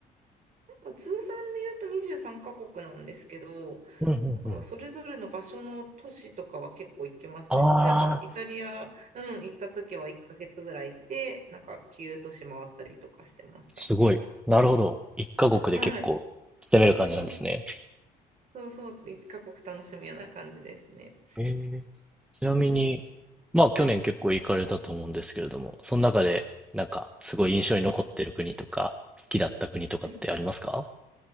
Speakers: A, on the right; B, in the centre.
A: まあ通算で言うと23カ国なんですけど、
B: うんうんうん。
A: なんかそれぞれの場所の都市とかは結構行きますね。
B: ああ、
A: 例えばイタリア、うん、行った時は1ヶ月ぐらい行って、なんか9都市回ったりとかしてました。
B: すごい。なるほど。一カ国で結構攻める感じなんですね。
A: はい。あ、そうそう、そうそう、1カ国楽しむような感じですね。
B: ええちなみに、
A: うん。
B: まあ去年結構行かれたと思うんですけれども、
A: はい。
B: その中でなんかすごい印象に残ってる国とか、好きだった国とかってありますか
A: はい。